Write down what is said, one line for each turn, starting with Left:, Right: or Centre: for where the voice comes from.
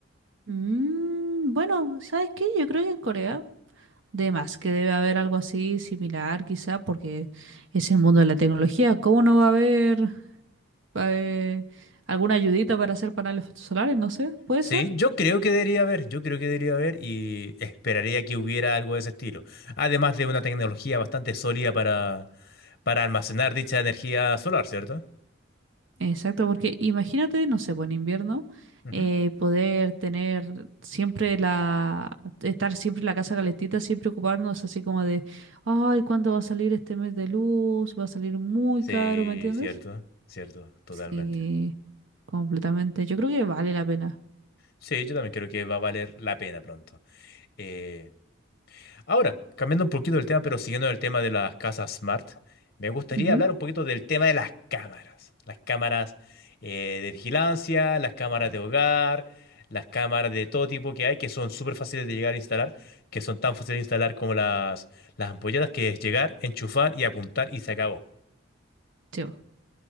Right: Mm, bueno, ¿sabes qué? Yo creo que en Corea De más, que debe haber algo así similar, quizá, porque es el mundo de la tecnología. ¿Cómo no va a haber eh, alguna ayudita para hacer paneles solares? No sé, puede
Left: Sí,
Right: ser.
Left: yo creo que debería haber, yo creo que debería haber y esperaría que hubiera algo de ese estilo. Además de una tecnología bastante sólida para, para almacenar dicha energía solar, cierto
Right: Exacto, porque imagínate, no sé, pues en invierno,
Left: Ujú.
Right: eh, poder tener siempre la, estar siempre en la casa calentita, sin preocuparnos así como de, ay, ¿cuándo va a salir este mes de luz? Va a salir muy
Left: Sí,
Right: caro, ¿me entiendes?
Left: cierto, cierto, totalmente.
Right: Sí, completamente. Yo creo que vale la pena.
Left: Sí, yo también creo que va a valer la pena pronto. Eh, ahora, cambiando un poquito del tema, pero siguiendo el tema de las casas smart, me gustaría
Right: Ujú,
Left: hablar un poquito del tema de las cámaras. Las cámaras eh, de vigilancia, las cámaras de hogar, las cámaras de todo tipo que hay, que son súper fáciles de llegar a instalar, que son tan fáciles de instalar como las, las ampolletas, que es llegar, enchufar y apuntar y se acabó.
Right: sí, pues.